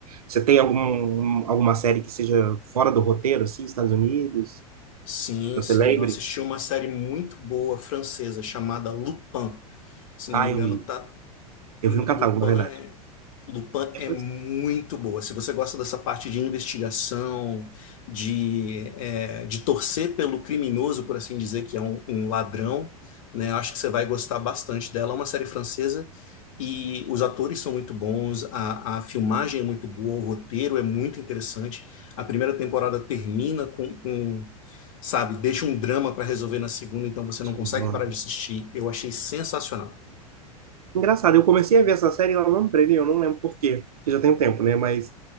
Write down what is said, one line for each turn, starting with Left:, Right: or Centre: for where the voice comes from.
Right: Você tem algum, alguma série que seja fora do roteiro, assim, Estados Unidos?
Left: Sim,
Right: Você
Left: sim,
Right: lembre?
Left: eu assisti uma série muito boa francesa chamada Lupin. Se não
Right: Ah,
Left: me engano,
Right: eu vi.
Left: tá
Right: Eu
Left: Lupin
Right: vi um catálogo, na verdade.
Left: é Lupin
Right: Eu
Left: é
Right: falei
Left: muito boa. Se você gosta dessa parte de investigação, de, é, de torcer pelo criminoso, por assim dizer, que é um, um ladrão, né? Acho que você vai gostar bastante dela. É uma série francesa e os atores são muito bons, a, a filmagem é muito boa, o roteiro é muito interessante. A primeira temporada termina com, com sabe, deixa um drama para resolver na segunda, então você não
Right: assim,
Left: consegue
Right: "Nossa".
Left: parar de assistir. Eu achei sensacional.
Right: Engraçado, eu comecei a ver essa série e ela não previa, eu não lembro por quê, porque já tem um tempo, né? Mas